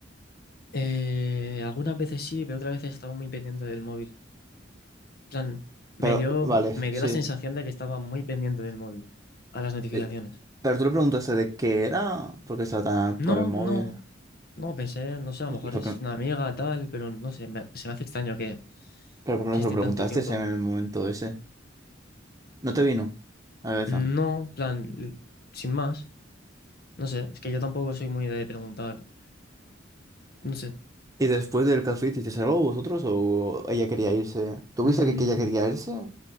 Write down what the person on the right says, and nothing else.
Pero,
vale,
sí.
Eh, Pero tú le preguntaste de qué era, por qué estaba tan con
el móvil.
¿Y
y por
qué,
pero por qué
no se
lo preguntaste
en el momento ese? ¿No te vino a la cabeza?
Y después del café, ¿hicisteis algo vosotros o ella quería irse? ¿Tuviste
que, que ella quería irse?